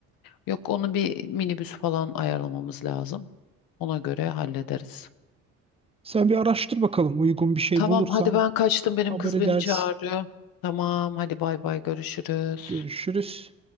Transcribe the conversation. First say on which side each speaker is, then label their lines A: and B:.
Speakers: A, on the left; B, on the right.
A: Yok onu bir minibüs falan ayarlamamız lazım. Ona göre hallederiz.
B: Sen bir araştır bakalım uygun bir şey
A: Tamam
B: bulursan
A: hadi ben kaçtım benim
B: Haber
A: kız
B: edersin.
A: beni çağırıyor. Tamam hadi bay bay görüşürüz.
B: Görüşürüz.